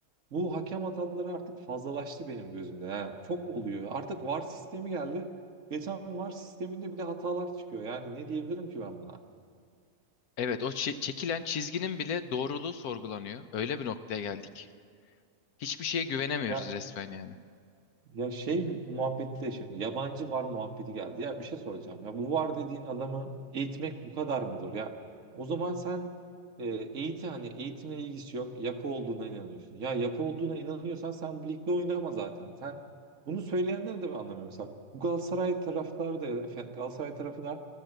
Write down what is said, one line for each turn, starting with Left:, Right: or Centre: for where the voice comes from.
Right: bu hakem hataları artık fazlalaştı benim gözümde. Yani çok oluyor. Artık VAR sistemi geldi. Geçen VAR sisteminde bile hatalar çıkıyor. Yani ne diyebilirim ki ben buna?
Left: Evet, o çe- çekilen çizginin bile doğruluğu sorgulanıyor. Öyle bir noktaya geldik. Hiçbir şeye güvenemiyoruz
Right: Ya
Left: resmen yani.
Right: Ya şey muhabbeti de şimdi yabancı var muhabbeti geldi. Ya bir şey soracağım. Ya bu var dediğin adamı eğitmek bu kadar mı zor? Ya o zaman sen e, eğitim hani eğitimle ilgisi yok. Yapı olduğuna inanıyorsun. Ya yapı olduğuna inanıyorsan sen bu ligde oynama zaten. Sen bunu söyleyenleri de ben anlamıyorum. Mesela bu Galatasaray taraftarı da ya da Fe- Galatasaray tarafı da